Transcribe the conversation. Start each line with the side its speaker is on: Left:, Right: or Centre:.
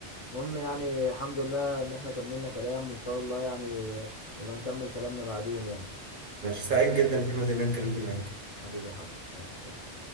Left: المهم يعني الحمد لله ان احنا كملنا كلام وان شاء الله يعني نبقى نكمل كلامنا بعدين يعني
Right: ماشي سعيد جدا يا محمد إن أنا اتكلمت معاك
Left: حبيبي يا حسن يلا سلام